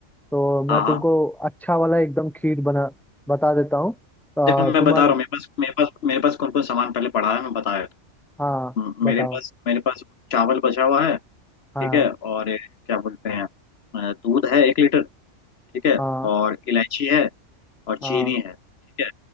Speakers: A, in the centre; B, on the left.
A: तो
B: हाँ
A: मैं
B: हाँ
A: तुमको अच्छा वाला एकदम खीर बना बता देता हूँ आ,
B: देखो मैं
A: तुम्हारा
B: बता रहा हूँ मेरे पास मेरे पास मेरे पास कौन कौन सामान पहले पड़ा है मैं बता देता
A: हाँ
B: हूँ हम्म,
A: बताओ
B: मेरे पास मेरे पास चावल बचा हुआ है ठीक
A: हाँ
B: है और ये क्या बोलते हैं अ, दूध है एक लीटर ठीक है
A: हाँ
B: और इलायची है और
A: हाँ
B: चीनी है ठीक है